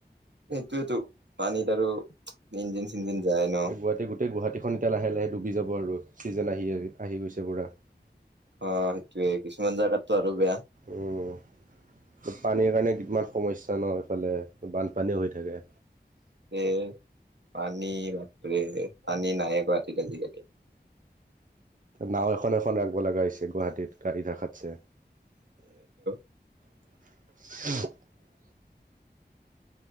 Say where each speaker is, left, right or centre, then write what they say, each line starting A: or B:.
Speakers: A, on the right; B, on the right.
A: সেইটোৱেটো পানীত আৰু ইঞ্জিন চিঞ্জিন যায় ন
B: এই গুৱাহাটী গোটেই গুৱাহাটীখন এতিয়া লাহে লাহে ডুবি যাব আৰু। <unintelligible> চিজন আহি আহি আহি গৈছে পুৰা। <unintelligible>
A: অ সেইটোৱে কিছুমান জাগাতটো আৰু বেয়া
B: উম পানীৰ কাৰণে ইমান সমস্যা ন এইফালে, বানপানীও হৈ থাকে।
A: এ পানী বাপৰে পানী নাইয়ে গুৱাহাটীত আজিকালি।
B: নাওঁ এখন এখন ৰাখব লাগা হৈছে গুৱাহাটীত গাড়ী ৰাখাতছে
A: <inaudible>
B: <unintelligible>